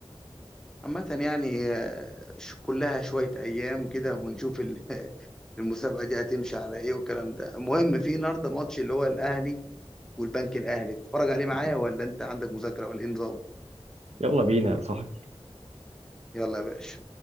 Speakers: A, in the centre; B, on the right (about 85°).
A: عامة يعني آه، ش- كلها شوية أيام كده ونشوف ال- <laughs> المسابقه دي هتمشي على ايه والكلام ده المهم في النهارده ماتش اللي هو الاهلي والبنك الاهلي تتفرج عليه معايا ولا انت عندك مذاكره ولا ايه نظامك
B: يلا بينا يا صاحبي
A: يلا يا باشا